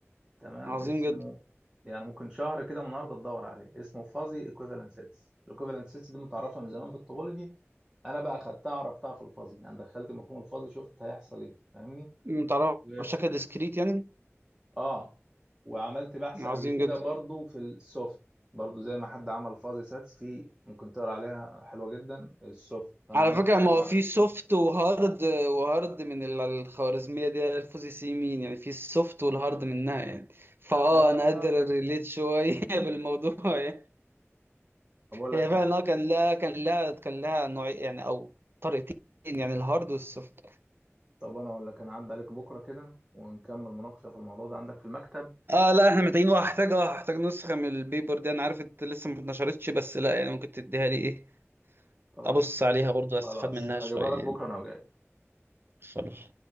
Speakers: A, on the right; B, on the right.
A: تمام
B: عظيم
A: اسمه
B: جدا
A: يعني ممكن شهر كده من النهارده تدور عليه اسمه فازي ايكويفالنت سيتس الايكويفالنت سيتس دي متعرفه من زمان في الطوبولوجي انا بقى خدتها عرفتها في الفازي يعني دخلت مفهوم الفازي شفت هيحصل ايه فاهمني
B: متعرف
A: و-
B: بشكل ديسكريت يعني
A: اه وعملت بحث
B: عظيم
A: قبل كده
B: جدا
A: برضو في السوفت برضو زي ما حد عمل فازي ساتس في ممكن تقرا عليها حلوه جدا السوفت فانا
B: على
A: عملت
B: فكرة
A: دايما
B: ما هو
A: على
B: في
A: السوفت
B: سوفت وهارد وهارد من ال- الخوارزمية دي الفوزي سي مين يعني في السوفت والهارد منها يعني فاه
A: ايوه
B: انا قادر ريليت شوية <laughs> بالموضوع يعني
A: طب اقول لك
B: هي
A: حاجه
B: فعلا اه كان لها كان لها كان لها نوع يعني او طريقتين يعني الهارد والسوفت
A: طب انا اقول لك انا عدى عليك بكره كده ونكمل مناقشه في الموضوع ده عندك في المكتب
B: اه لا احنا محتاجين وهحتاج اه هحتاج نسخة من البيبر دي انا عارف انت لسه ما اتنشرتش بس لا يعني ممكن تديها لي ايه
A: طيب
B: ابص عليها برضو
A: خلاص
B: استفاد منها
A: اجيبها
B: شوية
A: لك
B: يعني
A: بكره انا وجاي
B: خلاص